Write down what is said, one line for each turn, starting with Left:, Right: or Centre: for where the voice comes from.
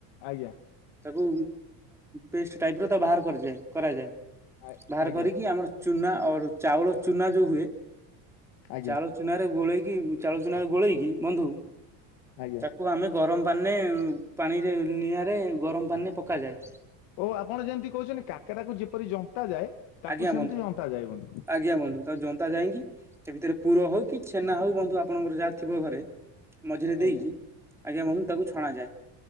Left: ଆଜ୍ଞା
Centre: ତାକୁ ପେଷ୍ଟ ଟାଇପ ର ତା ବାହାର କରାଯାଏ
Left: ଆ
Centre: ବାହାର
Left: ଆଜ୍ଞା
Centre: କରିକି ଆମର ଚୁନା ଅର ଚାଉଳ ଚୁନା ଯୋଉ ହୁଏ
Left: ଆଜ୍ଞା
Centre: ଚାଉଳ ଚୁନାରେ ଗୋଳେଇକି ଚାଉଳ ଚୁନାରେ ଗୋଳେଇକି ବନ୍ଧୁ
Left: ଆଜ୍ଞା
Centre: ତାକୁ ଆମେ ଗରମ ପାଣିରେ ପାଣିରେ ନିଆଁରେ ଗରମ ପାଣିରେ ପକାଯାଏ
Left: ଓ ଆପଣ ଯେମିତି କହୁଛନ୍ତି କାକରା କୁ ଯେପରି ଜନ୍ତା ଯାଏ ତାକୁ
Centre: ଆଜ୍ଞା
Left: ସେମିତି
Centre: ବନ୍ଧୁ
Left: ଜନ୍ତା ଯାଏ ବନ୍ଧୁ।
Centre: ଆଜ୍ଞା ବନ୍ଧୁ ତ ଜନ୍ତା ଯାଇକି ସେ ଭିତରେ ପୁର ହଉ କି ଛେନା ହଉ ବନ୍ଧୁ ଆପଣଙ୍କର ଯାହା ଥିବ ଘରେ ମଝିରେ
Left: ଆଜ୍ଞା
Centre: ଦେଇକି ଆଜ୍ଞା ବନ୍ଧୁ ତାକୁ ଛଣା ଯାଏ